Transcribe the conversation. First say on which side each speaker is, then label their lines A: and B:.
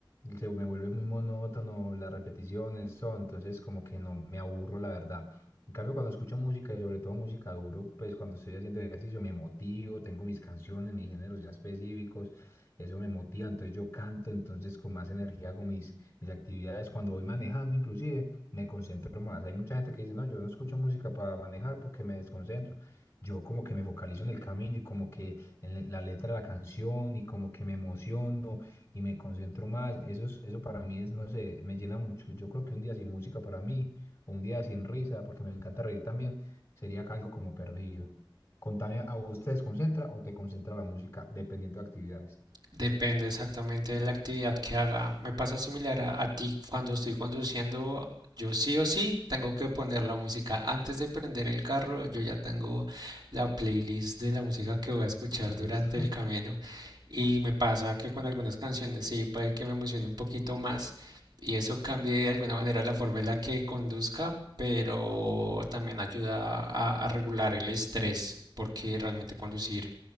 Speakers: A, on the left; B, on the right.
A: se me vuelve muy monótono, las repeticiones son, entonces como que no me aburro, la verdad. En cambio, cuando escucho música y sobre todo música duro, pues cuando estoy haciendo ejercicio me motivo, tengo mis canciones, mis géneros ya específicos, eso me motiva, entonces yo canto, entonces con más energía hago mis, mis actividades, cuando voy manejando inclusive me concentro más. Hay mucha gente que dice, no, yo no escucho música para manejar porque me desconcentro. Yo como que me focalizo en el camino y como que en le- la letra de la canción y como que me emociono y me concentro más. Eso es, eso para mí es, no sé, me llena mucho. Yo creo que un día sin música para mí, o un día sin risa, porque me encanta reír también, sería algo como perdido. Contame, ¿a vos te desconcentra o te concentra la música dependiendo de actividades?
B: Depende exactamente de la actividad que haga. Me pasa similar a, a ti cuando estoy conduciendo. Yo sí o sí tengo que poner la música. Antes de prender el carro, yo ya tengo la playlist de la música que voy a escuchar
A: Dale.
B: durante
A: <laughs>
B: el camino. Y me pasa que con algunas canciones sí puede que me emocione un poquito más y eso cambie de alguna manera la forma en la que conduzca, pero también ayuda a, a regular el estrés porque realmente conducir